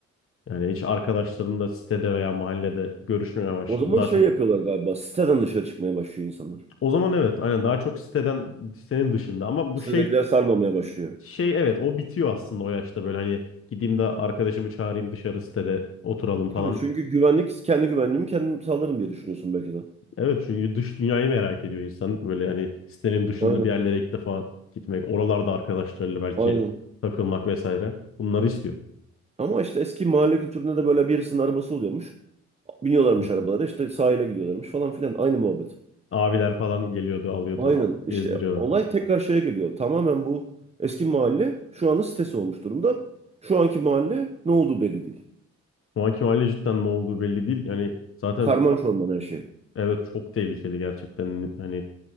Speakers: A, on the left; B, on the right.
A: Yani hiç arkadaşlarımla sitede veya mahallede görüşmemeye başladım.
B: O zaman
A: Daha
B: şey
A: çok
B: yapıyorlar galiba. Siteden dışarı çıkmaya başlıyor insanlar.
A: o zaman evet aynen daha çok siteden sitenin dışında ama bu
B: Sitedekiler
A: şey
B: sarmamaya başlıyor.
A: şey evet o bitiyor aslında o yaşta böyle hani gideyim de arkadaşımı çağırayım dışarı sitede oturalım
B: Tabii
A: falan.
B: çünkü güvenlik, kendi güvenliğimi kendim sağlarım diye düşünüyorsun belki de.
A: Evet çünkü dış dünyayı merak ediyor insan. Böyle yani sitenin dışında
B: Aynen,
A: bir yerlere ilk defa gitmek, oralarda arkadaşlarıyla belki
B: aynen.
A: takılmak vesaire. Bunları istiyor.
B: Ama işte eski mahalle kültüründe de böyle birisinin arabası oluyormuş. Biniyorlarmış
A: Hı hı.
B: arabalara işte sahile gidiyorlarmış falan filan. Aynı muhabbet.
A: Abiler falan geliyordu, alıyordu,
B: Aynen işte
A: gezdiriyorlardı.
B: olay tekrar şeye geliyor. Tamamen bu eski mahalle şu anın sitesi olmuş durumda. Şu anki mahalle ne olduğu belli değil.
A: Şu anki mahalle cidden ne olduğu belli değil. Yani zaten
B: Karman çorman her şey.
A: evet çok tehlikeli gerçekten. Hani